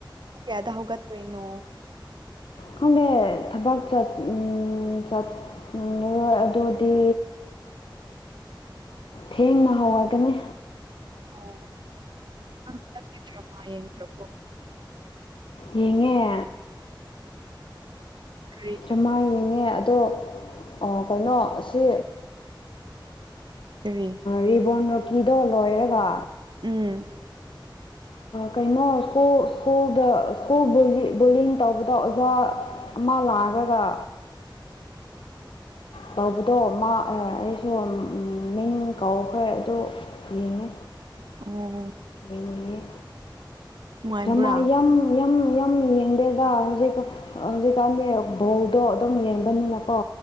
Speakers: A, on the right; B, on the left.
A: ꯌꯥꯗ ꯍꯒꯠꯇꯣ ꯏꯅ
B: ꯈꯪꯗꯦ ꯊꯕꯛ ꯆꯠꯂꯔꯣꯏ ꯑꯗꯨꯗꯤ ꯊꯦꯡꯅ ꯍꯧꯔꯒꯅꯤ
A: ꯑꯣ ꯑ꯭ꯔꯃ ꯌꯦꯡ꯭ꯔꯣ
B: ꯌꯦꯡꯉꯦ
A: ꯀꯔꯤ
B: ꯆꯃꯥ ꯌꯦꯡꯉꯦ ꯑꯗꯣ ꯀꯩꯅꯣ ꯑꯁꯤ
A: ꯀꯔꯤ
B: ꯔꯤꯕꯣꯟ ꯔꯣꯀꯤꯗꯣ ꯂꯣꯏꯔꯒ
A: ꯎꯝ
B: ꯀꯩꯅꯣ ꯁꯀꯨꯜ ꯁ꯭ꯀꯨꯜꯗ ꯁ꯭ꯀꯨꯜ ꯕꯣꯂꯤꯡ ꯇꯧꯕꯗ ꯑꯣꯖꯥ ꯑꯃ ꯂꯥꯛꯂꯒ ꯀꯧꯕꯗꯣ ꯃꯥ ꯑꯩꯁꯨ ꯃꯤꯡ ꯀꯧꯈ꯭ꯔꯦ ꯑꯗꯨ ꯌꯦꯡꯉꯦ
A: ꯎꯝ
B: ꯌꯦꯡꯉꯦ
A: ꯅꯨꯡꯉꯥꯏꯕ꯭ꯔꯥ
B: ꯗꯨ ꯃ ꯌꯥꯝ ꯌꯝ ꯌꯝ ꯌꯦꯡꯗꯦꯗ ꯍꯧꯖꯤꯛ ꯍꯧꯖꯤꯛꯀꯥꯟꯗꯤ ꯕꯧꯗꯣ ꯑꯗꯨꯝ ꯌꯦꯡꯕꯅꯤꯅꯀꯣ